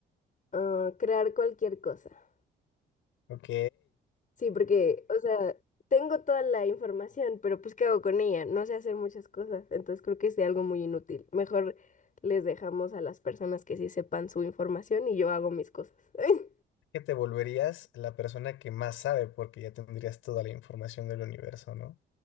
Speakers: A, on the left (about 40°); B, on the left (about 85°).
A: ah, crear cualquier cosa.
B: Ok.
A: Sí, porque, o sea, tengo toda la información, pero pues ¿qué hago con ella? No sé hacer muchas cosas, entonces creo que es de algo muy inútil. Mejor les dejamos a las personas que sí sepan su información y yo hago mis cosas. <laughs>
B: Que te volverías la persona que más sabe porque ya tendrías toda la información del universo, ¿no?